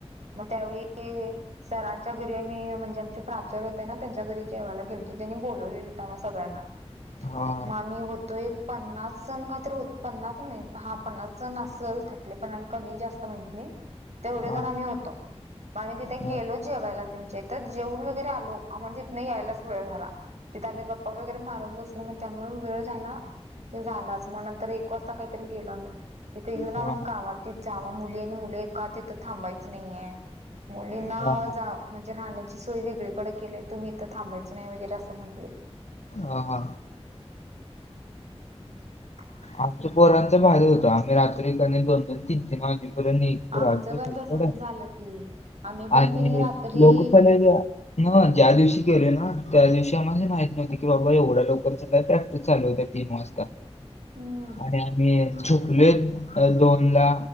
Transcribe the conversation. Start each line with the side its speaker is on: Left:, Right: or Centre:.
Right: मग त्यावेळी सरांच्या घरी मी म्हणजे आमचे प्राचार्य होते ना त्यांच्या घरी जेवायला गेलतो त्यांनी बोलवलेलीत आम्हा सगळ्यांना
Left: हा
Right: मग आमी होतो एक पन्नास जण काहीतरी होत पन्नास नाही हा पन्नास जण असल त्यातले पण कमी जास्त माहित नाही. तेवढे जण
Left: हा
Right: आम्ही होतो. मग आम्ही तिथे
Left: हा
Right: गेलो जेवायला त्यांच्या इथं जेवून वगैरे आलो आमला तिथं यायलाच वेळ झाला तिथंच आम्ही गप्पा वगैरे मारत बस मग त्यामुळे वेळ झाला ते झालाच मग नंतर एक वाजता काहीतरी गेलो आम्ही. तिथे येऊन आम्हाला
Left: हा
Right: कावालतीत ति जावा मुली आणि मुले एक इथ थांबायचं नाही आहे मुलींना
Left: हा
Right: जा म्हणजे राहण्याची सोय वेगळीकडे केलीय तुम्ही इथं थांबायचं नाही वगैरे असं म्हटले
Left: हा हा.
Right: <inaudible>
Left: आमच्या पोरांचं भारी होतं. आम्ही रात्री कनई दोन दोन तीन तीन वाजेपर्यंत
Right: आमचं पण तसच
Left: <unintelligible>
Right: झालं की आम्ही पण
Left: आणि
Right: कणी रात्री
Left: लोक <unintelligible> न्हवं ज्या दिवशी केले ना त्या दिवशी आम्हाला माहित की बाबा एवढ्या लवकर तर काय प्रॅक्टिस चालू होत्या तीन वाजता
Right: हम्म
Left: आणि आम्ही झोपलोय दोनला.